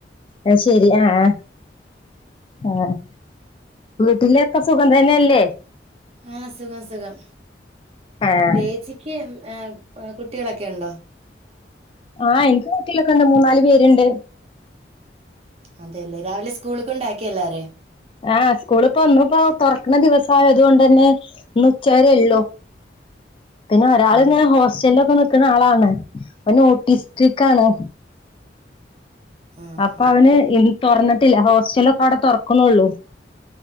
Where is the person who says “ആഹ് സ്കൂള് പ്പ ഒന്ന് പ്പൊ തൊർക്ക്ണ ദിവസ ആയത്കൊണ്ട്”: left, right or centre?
Left